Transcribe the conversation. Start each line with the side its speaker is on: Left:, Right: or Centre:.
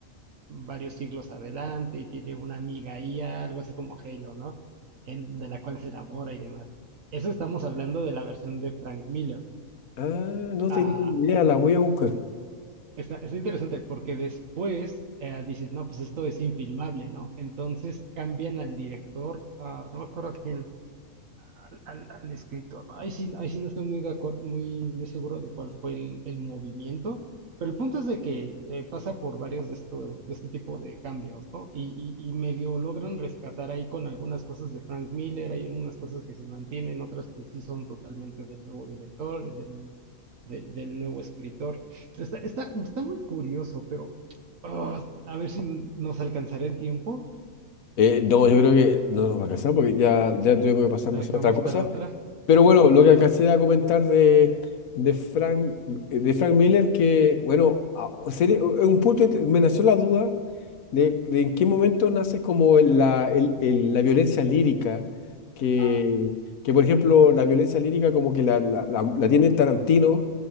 Right: varios siglos adelante y tiene una amiga IA, algo así como Halo, ¿no? En, de la cual se enamora y demás. Eso estamos hablando de la versión de Frank Miller.
Left: Ah, no
Right: Ah,
Left: tenía idea, la voy a buscar.
Right: Está, está interesante porque después eh, dicen, no, pues esto es infilmable, ¿no? Entonces cambian al director, ah, no me acuerdo a quién, al, al- al escritor. ¿no? Ahí sí, ahí sí no estoy muy de acuerdo, muy, muy seguro de cuál fue el, el movimiento, pero el punto es de que eh, pasa por varios de esto, de este tipo de cambios, ¿no? Y, y, y medio logran rescatar ahí con algunas cosas de Frank Miller, hay algunas cosas que se mantienen, otras que sí son totalmente del nuevo director, del, de- del nuevo escritor. Está, está, está muy curioso, pero ah, a ver si nos alcanzará el tiempo.
Left: Eh, no, yo creo que no nos va a alcanzar porque ya, ya tengo que pasarme
Right: La
Left: a
Right: dejamos
Left: hacer otra cosa.
Right: para otra.
Left: Pero bueno,
Right: Perfecto.
Left: lo que alcancé a comentar de, de Frank, eh, de Frank Miller, que bueno, a- sería- es un punto, int- me nació la duda ¿De, de en qué momento nace como el- la, el- el- la violencia lírica? Que,
Right: Ah,
Left: que, por ejemplo, la violencia lírica como que la, la, la- la tiene Tarantino